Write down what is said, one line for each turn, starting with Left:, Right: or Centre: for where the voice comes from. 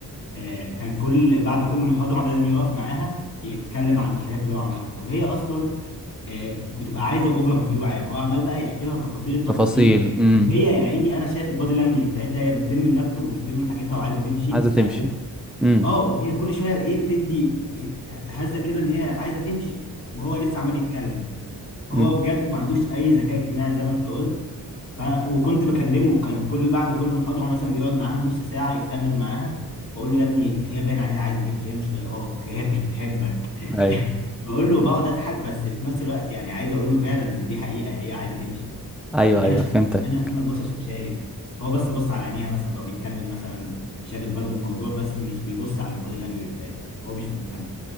Left: آه، كان كل بعد كل محاضرة لازم يقف معاها يتكلم عن الحاجات اللي هو عملها طب هي أصلا آه، بتبقى عايزة اوفر فيو عام هو عمال بقى يحكي لها تفاصيل التفاصيل
Centre: تفاصيل امم
Left: وهي يا عيني أنا شايف البادي لانجوج بتاعتها هي بتلم اللابتوب وبتلم حاجتها وعايزة تمشي
Centre: عايزه
Left: مستعجلة
Centre: تمشي امم
Left: اه وهي كل شوية ايه بتدي إيه هزة كده إن هي عايزة تمشي وهو لسه عمال يتكلم هو
Centre: امم
Left: بجد ما عندوش أي ذكاء اجتماعي زي ما أنت قلت فأنا وكنت بكلمه كان كل بعد كل محاضرة مثلا بيقعد معاها نص ساعة يتكلم معاها وأقول له يا ابني هي باين عليها عايزة تمشي هي مش طايقاك هي مش بتحبك
Centre: ايوه
Left: <laughs> بقول له بقعد أضحك بس في نفس الوقت يعني عايز أقول له فعلا إن دي حقيقة هي عايزة تمشي
Centre: ايوه
Left: أنا
Centre: ايوه
Left: ش...
Centre: فهمتك
Left: أنا أنا باصص وشايف هو بس بص على عينيها مثلا أو بيتكلم مثلا شاغل باله بموضوع بس مش بيبص على البادي لانجوج بتاعتها هو مش مهتم